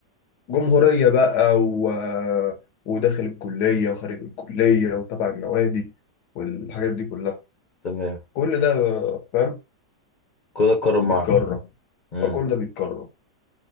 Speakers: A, on the left; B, on the left.
A: جمهورية بقى و... وداخل الكلية وخارج الكلية وتبع النوادي والحاجات دي كلها
B: تمام
A: كل ده فاهم
B: كده اتكرم
A: بيتكرر
B: معاه امم
A: أه، كل ده بيتكرر